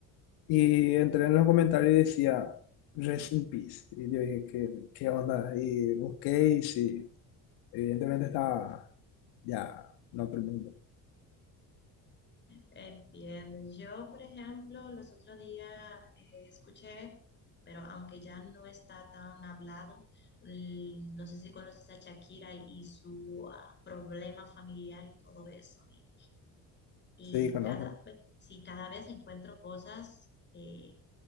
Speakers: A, on the left (about 90°); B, on the left (about 30°).
A: Y entré en los comentarios y decía, Rest in Peace. Y yo dije, ¿qué, qué onda? Y busqué y sí, evidentemente estaba ya en otro mundo.
B: Entiendo. Yo, por ejemplo, los otros días eh, escuché, pero aunque ya no está tan hablado, l- no sé si conoces a Shakira y su ah, problema familiar y todo eso. Y, y
A: Sí, conozco.
B: cada, ve- sí, cada vez encuentro cosas eh,